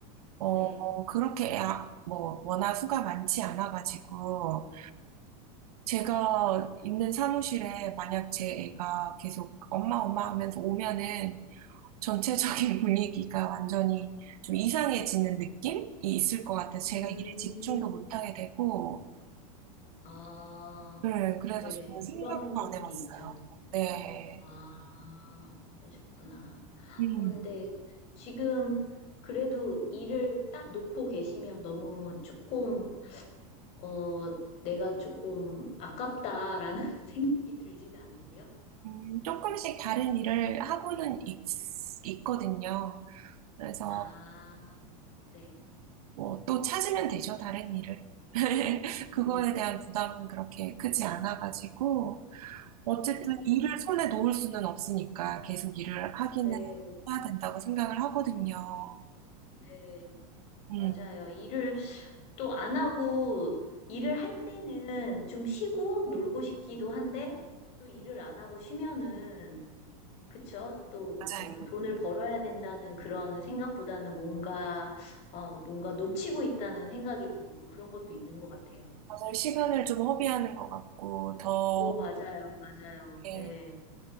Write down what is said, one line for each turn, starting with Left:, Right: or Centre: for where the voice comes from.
Right: 어,
Left: 네.
Right: 그렇게 아- 뭐 워낙 수가 많지 않아가지고 제가 있는 사무실에 만약 제 애가 계속 엄마 엄마 하면서 오면은 전체적인 <laughs> 분위기가 완전히 좀 이상해지는 느낌이 있을 것 같아서 제가
Left: 음,
Right: 일에 집중도 못하게 되고
Left: 아.
Right: 네, 그래서
Left: 네,
Right: 저는 생각도
Left: 그런 거는
Right: 안 해봤어요.
Left: 있죠.
Right: 네.
Left: 아, 그러셨구나.
Right: 음,
Left: 어, 근데 지금 그래도 일을 딱 놓고 계시면 너무 조금, 어, 내가 조금 아깝다라는 <laughs> 생각이 들지도 않으세요?
Right: 음, 조금씩 다른 일을 하고는 있, 있거든요. 그래서
Left: 아,
Right: 음,
Left: 네.
Right: 뭐 또 찾으면 되죠, 다른 일을. <laughs> 그거에
Left: 음,
Right: 대한 부담은 그렇게 크지 않아가지고, 어쨌든
Left: 네, 네.
Right: 일을 손에 놓을 수는 없으니까 계속 일을 하기는
Left: 네,
Right: 해야 된다고 생각을 하거든요.
Left: 네.
Right: 음,
Left: 맞아요. 일을 또 안 하고, 일을 할 때는 좀 쉬고 놀고 싶기도 한데, 또 일을 안 하고 쉬면은 그쵸? 또
Right: 맞아요.
Left: 그 돈을 벌어야 된다는 그런 생각보다는 뭔가, 어, 뭔가 놓치고 있다는 생각이 들고 그런 것도 있는 것 같아요.
Right: 맞아요. 시간을 좀 허비하는 것 같고, 더,
Left: 오, 맞아요, 어, 맞아요.
Right: 이렇게
Left: 예.